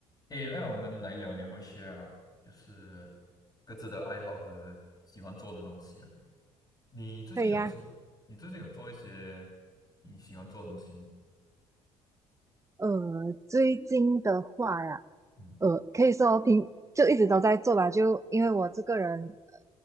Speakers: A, on the left (about 25°); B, on the right (about 20°).
A: 诶，那我们来聊聊一下，就是各自的爱好和喜欢做的东西了。你最近有什么？
B: 可以呀、
A: 你最近有做一些你喜欢做的东西吗？
B: 呃，最近的话呀，
A: 嗯
B: 呃，可以说平就一直都在做吧，就因为我这个人，呃